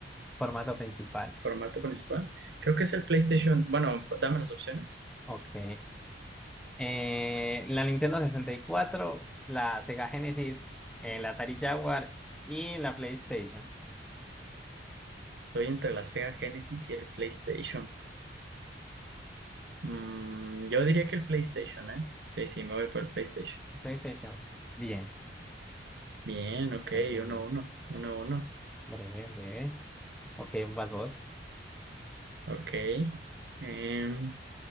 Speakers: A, in the centre; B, on the right.
A: Formato principal.
B: formato principal, creo que es el PlayStation. Bueno, dame las opciones.
A: Ok. eh, la Nintendo sesenta y cuatro, la Sega Genesis, eh, la Atari Jaguar y la PlayStation.
B: Estoy entre la Sega Genesis y el PlayStation. Mm, yo diría que el PlayStation, ¿eh? Sí, sí, me voy por el PlayStation.
A: PlayStation. Bien.
B: Bien, ok,
A: Eh, Google.
B: uno, uno, uno, uno.
A: Breve, breve. Ok, vas vos.
B: Ok. Em,